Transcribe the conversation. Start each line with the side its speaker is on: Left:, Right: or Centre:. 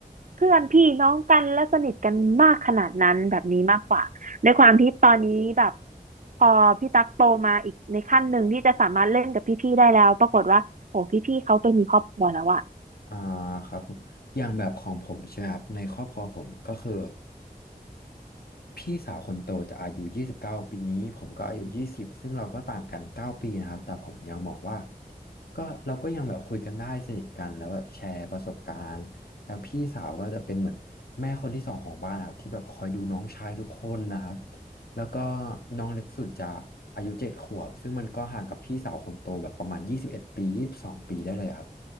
Right: เพื่อนพี่น้องกันและสนิทกันมากขนาดนั้นแบบนี้มากกว่าในความที่ตอนนี้แบบพอพี่ตั๊กโตมาอีกในขั้นหนึ่งที่จะสามารถเล่นกับพี่ๆได้แล้วปรากฏว่าโอ้พี่ๆเขาไปมีครอบครัวแล้วอะ
Left: อ่าครับผมอย่างแบบของผมใช่ไหมครับในครอบครัวผมก็คือ พี่สาวคนโตจะอายุ29ปีนี้ผมก็อายุ20ซึ่งเราก็ต่างกัน9ปีนะครับแต่ผมยังมองว่าก็เราก็ยังแบบคุยกันได้สนิทกันแล้วแบบแชร์ประสบการณ์แล้วพี่สาวก็จะเป็นเหมือนแม่คนที่สองของบ้านนะครับที่แบบคอยดูน้องชายทุกคนนะครับแล้วก็น้องเล็กสุดจะอายุ7ขวบซึ่งมันก็ห่างกับพี่สาวคนโตแบบประมาณ21ปียี่สิบสองปีได้เลยครับ